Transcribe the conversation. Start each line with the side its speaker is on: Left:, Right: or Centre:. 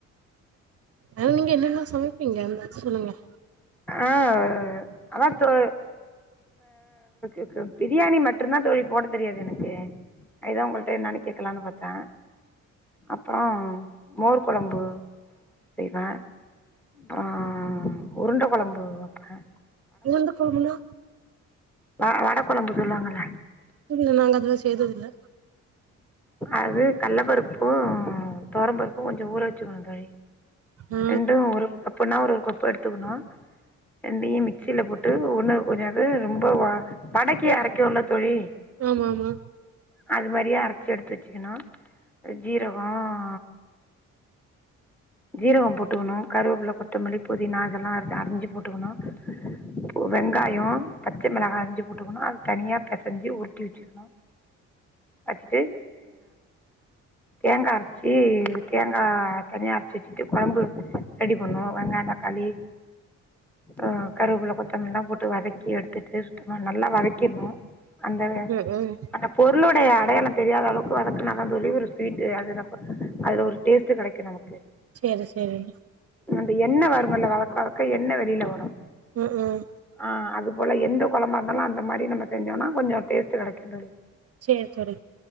Right: ஆ நீங்க என்னெல்லாம் சமைப்பீங்க எதாச்சும்
Centre: ஆஹ் அதா தோ இப்ப பிரியாணி மட்டும் தான் தோழி போட தெரியாது எனக்கு அதுதான் உங்கள்ட்ட நான் கேட்டா லானு பாத்தேன் அப்புறம் மோர் கொழம்பு செய்வேன் அப்ரோ உருட் மீன் கொழம்பு வைப்பேன்
Right: வட கொழம்புனா
Centre: வட கொழம்பு சொல்லுவாங்கல்ல
Right: இல்ல நாங்க அதெல்லாம் செய்றதுல
Centre: அது கடல பருப்பு தொவரம் பருப்பு கொஞ்சோ ஊற வச்சு ம் தி
Right: ஆ
Centre: ரெண்டும் ஒரு கப்புன ஒரு கப் எடுத்துக்கணும் ரெண்டையுமை மிக்சில போட்டு ஒண்ணு கொஞ்சோ எடுத்து ரொம்ப வடக்கை அரைக்க உள்ளது தோழி
Right: ஆமா ஆமா
Centre: அது மாதிரியா அரை எடுத்து வச்சுக்கணு அ ஜீரகம் ஜீரகம் போட்டுக்கணும் கருவெப்புல கொத்தமல்லி புதினா அதெல்லாம் அறிஞ்சு போ ட்டுக்கணும் இப்ப வெங்காயம் பச்சை மிளகா அரைச்சு போட்டுக்கணும் அது தனியா பிசைஞ்சி உருட்டி வச்சுக்கணும் வச்சுட்டு தேங்கா அரைச்சு தேங்காய் தனியா அ சிட்டு குழம்பு அ ரெடி பண்ணும் வெங்காய தக்காளி ஆஹ் கருவப்பிள்ள கொத்தமல்லி எல்லாம் போட்டு வதக்கி எடுத்துட் <unintelligible> நல்லா வதக்கிறணும் அந்த
Right: ம் ம்
Centre: அந்த பொருளோட <unintelligible> அடயாளம் தெரியாத அளவுக்கு வதக்ணாதா தொல்லி ஒருஸ்வீட் அது அதுல ஒரு டேஸ்ட் கெடைக்கும் நமக்கு
Right: சேரி சேரி
Centre: அந்த என்ன வருமல வளக்க வளக்க என்ன வெளியில வரும்
Right: உஹம் உம்
Centre: ஆ அது போல எந்த குழம்பா இருந்தாலும் அ மாரி நம்ம செஞ்சம்னா கொஞ்சம் டேஸ்ட கெடைக்கும் தோழி
Right: சேர் செரு